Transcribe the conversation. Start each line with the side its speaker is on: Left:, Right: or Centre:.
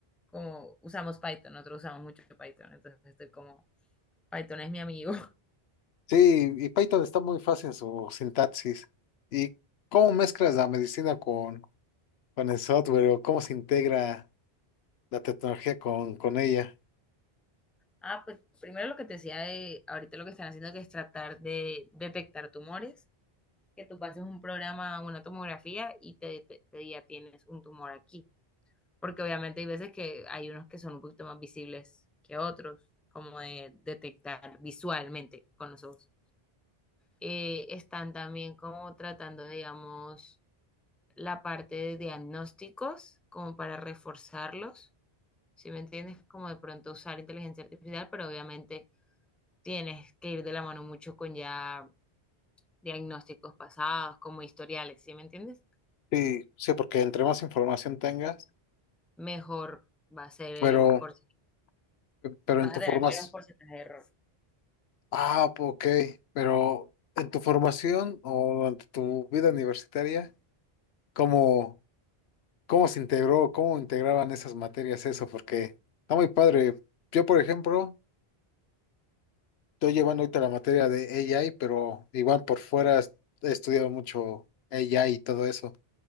Centre: como usamos Python, nosotros usamos mucho Python, entonces estoy como, Python es mi amigo.
Left: sí, y Python está muy fácil en su sintaxis. ¿Y cómo mezclas la medicina con, con el software o cómo se integra la tecnología con, con ella?
Centre: Ah, pues primero lo que te decía de ahorita lo que están haciendo que es tratar de detectar tumores, que tú pases un programa, una tomografía y te, te, te diga tienes un tumor aquí. Porque obviamente hay veces que hay unos que son un poquito más visibles que otros, como de detectar visualmente con los ojos. Eh, están también como tratando, digamos, la parte de diagnósticos, como para reforzarlos, si me entiendes? Como de pronto usar inteligencia artificial, pero obviamente tienes que ir de la mano mucho con ya diagnósticos pasados, como historiales, ¿sí me entiendes?
Left: Sí, sí, porque entre más información tengas,
Centre: Mejor va a ser
Left: pero,
Centre: el por si,
Left: pero
Centre: vas
Left: en tu
Centre: a tener
Left: formación.
Centre: menos porcentaje de error.
Left: Ah, ok, ok. pero en tu formación o durante tu vida universitaria, ¿cómo, cómo se integró, cómo integraban esas materias eso? Porque está muy padre. Yo, por ejemplo, estoy llevando ahorita la materia de AI, pero igual por fuera he estudiado mucho AI y todo eso.